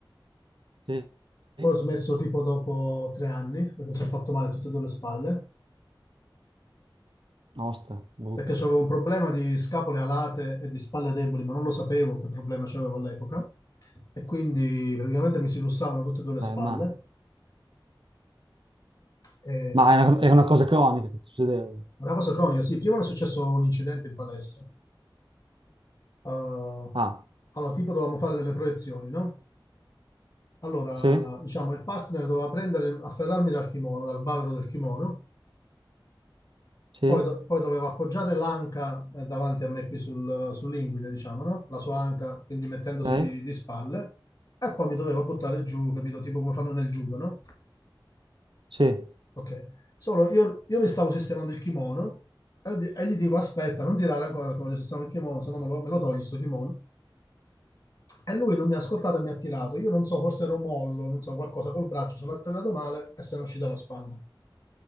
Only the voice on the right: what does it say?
Sì.
Sì.
Osta, brutto.
Beh,
ma,
ma era, era una cosa cronica che ti succedeva.
Ah,
sì?
Sì?
Ok?
Sì.